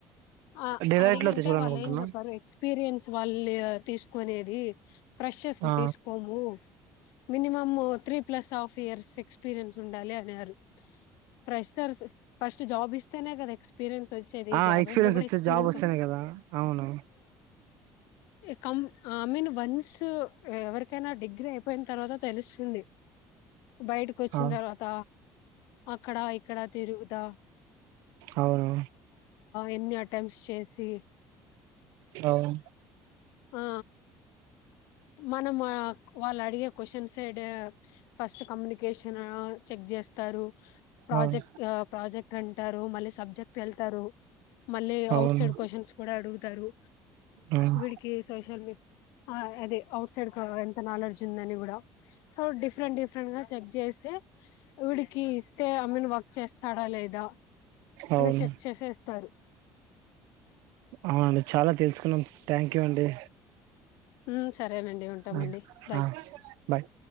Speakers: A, on the left; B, on the right.
A: ఆ
B: డిలైట్
A: అడిగంటే
B: లో తెచ్చుకోవాలనుకుంటున్నా
A: వాళ్ళు ఏం చెప్పారు ఎక్స్పీ రియన్స్ వాళ్ళ తీసుకునేది ఫ్రెషస్
B: ఆ
A: తీసుకోము minimum three plus half years experience ఉండాలి అన్నారు ఫ్రెష్ర్స్ ఫస్ట్ జాబ్ ఇస్తేనే కదా ఎక్స్పీరియన్స్ వచ్చే దీ
B: ఆ
A: జాబ్
B: ఎక్స్పీరియన్స్ వచ్చే
A: ఎక్స్పీరియన్స్
B: జాబ్ వస్తేనే కదా అవును
A: క ఐ మీన్ వన్స్ ఎవరికైనా డిగ్రీ అయిపోయిన తర్వాత తెలుస్తుంది బయటకు వచ్చిన
B: ఆ
A: తర్వాత అక్కడ ఇక్కడ తిరుగుదా
B: అవును
A: ఎన్ని అటెంప్ట్స్ చేసి
B: అవును
A: ఆ మనం వాళ్ళు అడిగే క్వశ్చన్ సడ్ ఫస్ట్ కమ్యూనికేషన్ చెక్ చేస్తారు ప్రాజెక్ట్
B: అవును
A: ప్రాజెక్ట్ అంటే టారు మళ్ళీ సబ్జెక్ట్ వెళ్తారు మళ్ళీ
B: అవును
A: అఔట్ సైడ్ క్వశ్చన్స్ కూడా అడుగుతారు
B: అవును
A: వీడికి సోషల్ ఆ అదే అఔట్ సైడ్ కీ ఎంత నాలెడ్జ్ ఉందని కూడా సో డిఫరెంట్ డిఫరెంట్ గా చెక్ చేస్తే వీడికి ఇస్తే ఐ మీన్ వర్క్ చేస్తాడా లేదా
B: అవును
A: అని చేస్కెస్తారు
B: అవునండి చాలా తెలుసుకున్నాం థ్యాంక్ యూ అండి
A: ఉమ్ సరేనండి ఉంటామండి
B: ఆ
A: బాయ్
B: ఆ బాయ్